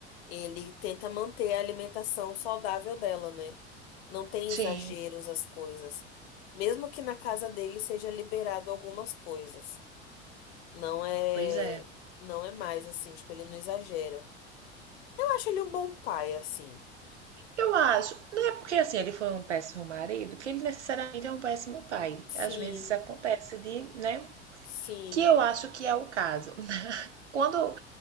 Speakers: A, on the left (about 65°); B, on the right (about 85°).
A: Ele tenta manter a alimentação saudável dela, né? Não tem exageros
B: Sim,
A: as coisas. Mesmo que na casa dele seja liberado algumas coisas. Não é,
B: pois é.
A: não é mais assim, tipo, ele não exagera. Eu acho ele um bom pai, assim.
B: Eu acho, não é porque assim ele foi um péssimo marido que ele necessariamente é um péssimo pai.
A: Sim.
B: Às vezes acontece de, né?
A: Sim.
B: Que eu acho que é o caso. Quando